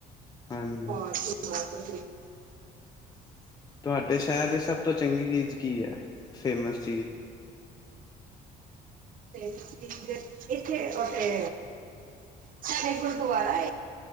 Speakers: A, on the left (about 25°); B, on the right (about 55°).
A: ਹਾਂਜੀ
B: ਹੋਰ। ਬ
A: ਤੁਹਾਡੇ 'ਸ਼ਹਿਰ' ਦੀ ਸਭ ਤੋਂ ਚੰਗੀ ਚੀਜ਼ ਕੀ ਹੈ? ਫ਼ੇਮਸ ਚੀਜ਼
B: ਤੇ ਤੁਂ ਇੱਥੇ ਉੱਥੇ
A: ।
B: ਸਾਰੇ ' ਗੁਰਦੁਆਰਾ'